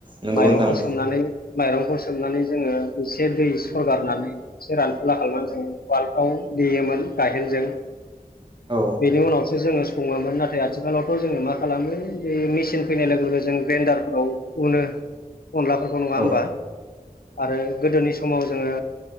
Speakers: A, on the right (about 30°); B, on the left (about 80°).
A: नंगौ
B: माइरंखौ
A: नोंथां
B: सोमनानै। माइरंखौ सोमनानै जोङो एसे दै सरगारनानै एसे रानफुला खालामनानै जोङो उवालफ्राव। देयोमोन गायहेनजों।
A: औ
B: बेनि उनावसो जोङो सङोमोन नाथाय आथिखालावथ' जोङो मा खालामो बे मेचिन। फैनाय लोगो लोगो जों ग्रेनदारफोराव उनो। अनलाफोरखौ नङा
A: औ
B: होमबा आरो गोदोनि समाव जोङो